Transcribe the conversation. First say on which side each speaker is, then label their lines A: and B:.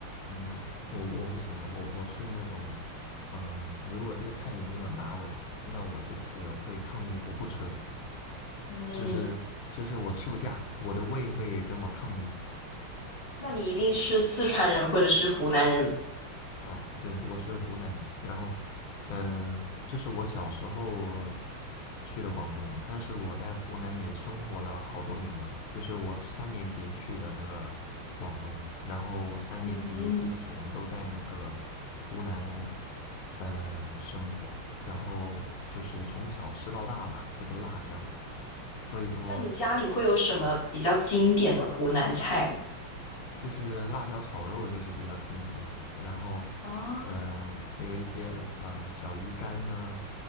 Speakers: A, on the left; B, on the left.
A: 嗯，我我不行的，我我是那种，嗯，如果这个菜里没有辣味，那我就是会抗议，我不吃了。
B: 嗯，
A: 就是就是我吃不下，我的胃会跟我抗议。
B: 那你一定是四川人或者是湖南人。
A: 啊，对，我是湖南人，然后，嗯、这是我小时候去的广东，但是我在湖南也生活了好多年嘛，就是我三年级去的那个广东，然后我三年级之前都在那个湖南，
B: 嗯，
A: 呃，生活，然后就是从小吃到大吧，这个辣椒，所以说
B: 那你家里会有什么比较经典的湖南菜吗？
A: 就是辣椒炒肉就是比较经典的，然后，
B: 啊，
A: 嗯、还有一些呃小鱼干呢，